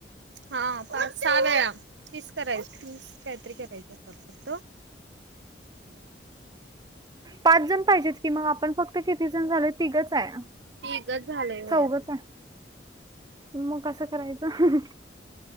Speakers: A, on the right; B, on the right.
A: हा पाच सहा वेळा. तीस कराय तीस काहीतरी करायचे होतात फक्त.
B: पाचजण पाहिजेत की मग, आपण फक्त किती जण झालोय, तिघच आहे.
A: तिघच झालंय वया
B: चौघंच आहे, मग कसं करायचं?